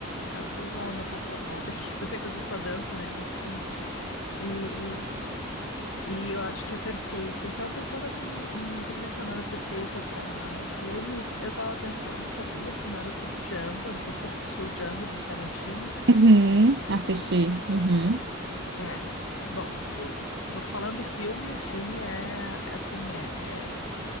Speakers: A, on the left (about 70°); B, on the right (about 60°).
A: Ah, vou usar uma metáfora pobre aqui, <laughs> vou ter que fazer essa dança, né, com o filme. E, e, e eu acho que é perfeita. Então, pensando assim em trilha sonora perfeita para filmes, eu tava pensando que a trilha sonora do Django, eu não sei se tu assistiu o Django do Tarantino.
B: Uhum, assisti. Uhum.
A: É. Bom, tu- tu- falando do filme, o filme é assim, é, é-